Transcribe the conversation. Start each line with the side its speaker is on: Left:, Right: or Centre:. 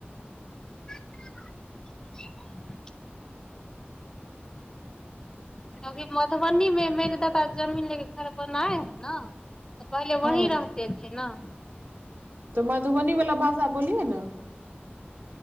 Left: <unintelligible> क्यंकि मधुबनीमे मेघदादा जमीन लेके खरबनाइ हइ ने तऽ पहिले
Right: हूँ
Left: वही रहतेथे ने
Right: तऽ मधुबनीवला भाषा बोलियै ने